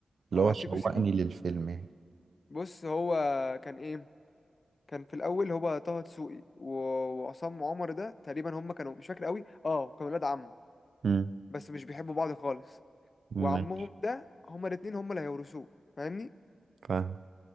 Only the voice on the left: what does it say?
على
سيكو سيكو
بص هو كان ايه كان في الاول هو طه دسوقي و- وعصام عمر ده تقريبا هم كانوا مش فاكر قوي اه كانوا ولاد عم
بس مش بيحبوا بعض خالص وعمهم
ده هما الاتنين هما اللي هيورثوه فاهمني